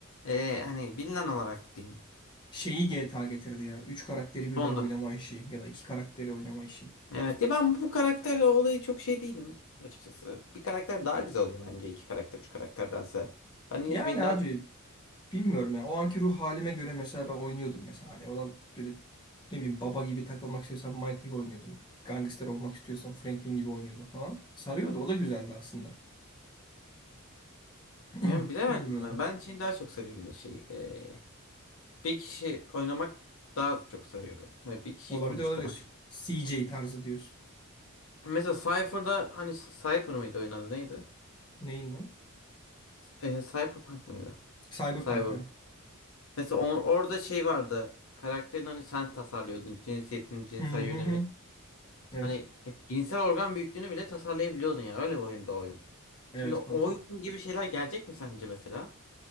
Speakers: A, on the left (about 65°); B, on the left (about 20°).
A: Ee, hani bilinen olarak diyeyim.
B: Şeyi GTA getirdi ya. Üç karakteri birden
A: Sondu.
B: oynama işi ya da iki karakteri oynama işi.
A: Evet ya ben bu karakterle olayı çok şey değilim açıkçası. Bir karakter daha güzel oluyor bence iki karakter üç karakterdense. Ben niyeyse
B: Yani
A: beni
B: abi
A: daha çok...
B: Bilmiyorum ya. O anki ruh halime göre mesela ben oynuyordum mesela. Hani olan böyle ne bileyim baba gibi takılmak istiyorsam Michael oynuyordum. Gangster olmak istiyorsam Franklin gibi oynuyordum falan. Sarıyordu. O da güzeldi aslında. <clears throat>
A: Yani bilemedim
B: Bilmiyorum.
A: ben. Ben için daha çok sarıyor beni şey. ee, bir kişi oynamak daha çok sarıyor beni. Yani bir kişiyi
B: Olabilir
A: sonuçta.
B: olabilir. CJ tarzı diyorsun.
A: Mesela Cypher'da hani Cypher mıydı oyun adı neydi?
B: Neyin lan?
A: E, Cyberpunk mıydı?
B: Cyberpunk
A: Cyber.
B: ha.
A: Mesela on- orada şey vardı. Karakterin hani sen tasarlıyordun. Cinsiyetini, cinsel
B: Hı hı
A: yönelimi.
B: hı. Evet.
A: Hani e, cinsel organ büyüklüğünü bile tasarlayabiliyordun yani. Öyle bir oyunda oyun.
B: Evet
A: Şimdi o
B: kanka.
A: oyun gibi şeyler gelecek mi sence mesela?